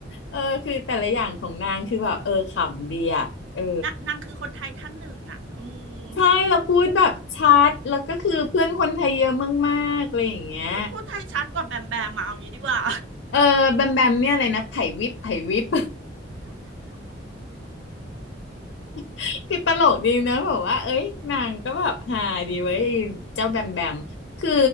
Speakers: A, on the left (about 70°); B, on the right (about 75°).
A: เออคือแต่ละอย่างของนางคือแบบเออขำดีอ่ะเออ
B: นะนางคือคนไทยท่านหนึ่งอ่ะอืม
A: ใช่เราพูดแบบชัดแล้วก็คือเพื่อนคนไทยเยอะมากๆอะไรอย่างเงี้ย
B: พูดพูดไทยชัดกว่าแบมแบมมาเอาอย่างนี้ดีกว่า
A: เออแบมแบมเนี่ยอะไรนะไผ่วิบไผ่วิบ <laughs> คือตลกดีนะแบบว่าเอ้ยนางก็แบบฮาดีเว้ยไอ้เจ้าแบมแบมคือ